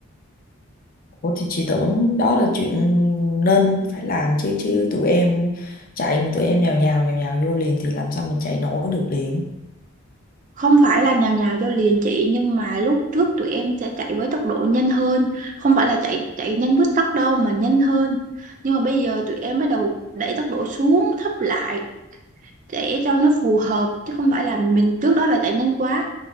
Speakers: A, on the left; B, on the right.
A: ủa thì chị tưởng đó là chuyện nên phải làm chứ chứ tụi em chạy mà tụi em nhào nhào nhào nhào vô liền thì làm sao mình chạy nổi được liền
B: không phải là nhào nhào cho liền chị nhưng mà lúc trước tụi em sẽ chạy với tốc độ nhanh hơn không phải là chạy chạy nhanh với tốc đâu mà nhanh hơn nhưng mà bây giờ tụi em bắt đầu đẩy tốc độ xuống thấp lại để cho nó phù hợp chứ không phải là mình trước đó là chạy nhanh quá